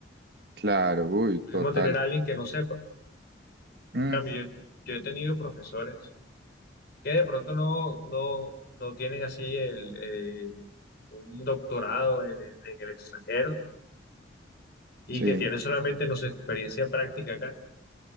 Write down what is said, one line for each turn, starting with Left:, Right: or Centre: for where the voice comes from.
Right: Claro, uy,
Left: Lo
Right: total.
Left: mismo tener a alguien que no sepa.
Right: Mm,
Left: En cambio, yo, yo he tenido profesores que de pronto no, no, no tienen así el, eh, un doctorado en el en el extranjero y
Right: sí,
Left: que tienen solamente, no sé, experiencia práctica acá